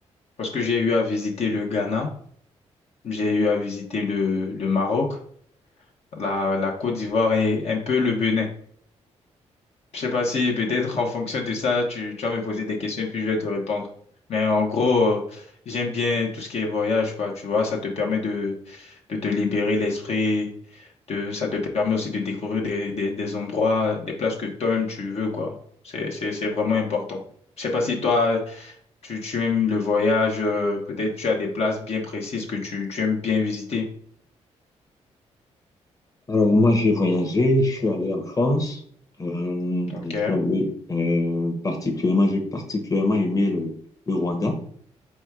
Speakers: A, on the left; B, on the left.
A: parce que j'ai eu à visiter le Ghana, j'ai eu à visiter le, le Maroc, la, la Côte d'Ivoire et un peu le Bénin. Je sais pas si peut-être en fonction de ça, tu, tu vas me poser des questions et puis je vais te répondre. Mais en gros, euh, j'aime bien tout ce qui est voyage, quoi. Tu vois, ça te permet de, de te libérer l'esprit, de, ça te permet aussi de découvrir des, des, des endroits, des places que toi-même tu veux, quoi. C'est, c'est, c'est vraiment important. Je sais pas si toi, tu, tu aimes le voyage, euh, peut-être tu as des places bien précises que tu, tu aimes bien visiter.
B: Alors, moi, j'ai voyagé. Je suis allé en France. Euh,
A: Ok.
B: je suis allé euh, particulièrement, j'ai particulièrement aimé le, le Rwanda.